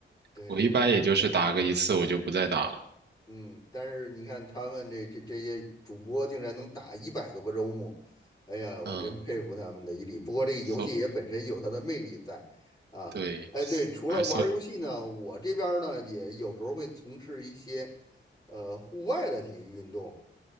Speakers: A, on the left; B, on the right.
A: 对对对对。
B: 我一般也就是打个一次，我就不再打了。
A: 嗯，但是你看他们这这这些主播竟然能打一百多个周末，哎呀，我真佩服他们的毅力。
B: 嗯，
A: 不过这个游戏也本身有它的魅力在啊。
B: 所对，
A: 哎，对，除了玩儿游戏呢，
B: 而所
A: 我这边儿呢也有时候会从事一些呃户外的体育运动